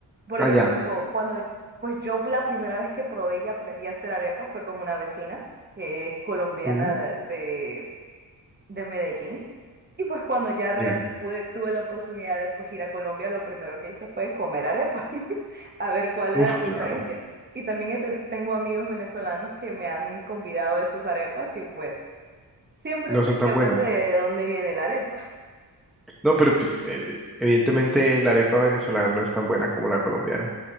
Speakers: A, on the right; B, in the centre.
A: Por
B: Allá.
A: eso, tipo, cuando pues yo la primera vez que probé y aprendí a hacer arepa fue con una vecina que es colombiana
B: Sí.
A: de, de Medellín. Y pues cuando ya real
B: Ya.
A: pude, tuve la oportunidad de pues ir a Colombia, lo primero que hice fue comer arepa, <laughs> a ver cuál era
B: Uf,
A: la
B: claro.
A: diferencia. Y también he ten- tengo amigos venezolanos que me han convidado de sus arepas y pues siempre
B: No
A: está
B: son
A: el
B: tan
A: debate
B: buenas.
A: de dónde viene la arepa,
B: No, pero pues eh, evidentemente la arepa venezolana no es tan buena como la colombiana,